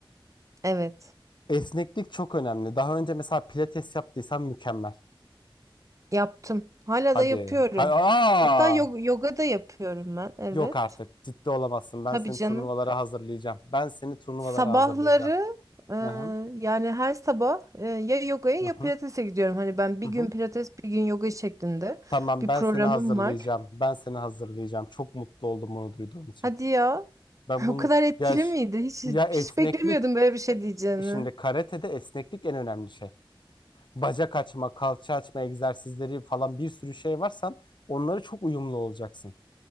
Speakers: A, on the right; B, on the left.
A: Evet.
B: Esneklik çok önemli. Daha önce mesela pilates yaptıysan mükemmel.
A: Yaptım. Hala
B: Hadi.
A: da yapıyorum.
B: Ha- Aa!
A: Hatta yog- yoga da yapıyorum ben. Evet.
B: Yok artık. Ciddi olamazsın. Ben
A: Tabii
B: seni
A: canım.
B: turnuvalara hazırlayacağım. Ben seni turnuvalara
A: Sabahları
B: hazırlayacağım.
A: e,
B: Hı hı,
A: yani her sabah e, ya yogaya
B: hı
A: ya
B: hı,
A: pilatese gidiyorum. Hani ben bir
B: hı hı.
A: gün pilates bir gün yoga şeklinde
B: Tamam,
A: bir
B: ben
A: programım
B: seni hazırlayacağım.
A: var.
B: Ben seni hazırlayacağım. Çok mutlu oldum bunu duyduğum için.
A: Hadi ya.
B: Ben
A: <laughs>
B: bunu
A: O kadar etkili
B: ya ş-
A: miydi? Hiç
B: ya esneklik
A: hiç beklemiyordum böyle bir şey
B: e,
A: diyeceğini.
B: şimdi karatede esneklik en önemli şey. Bacak açma, kalça açma egzersizleri falan bir sürü şey var. Sen onları çok uyumlu olacaksın.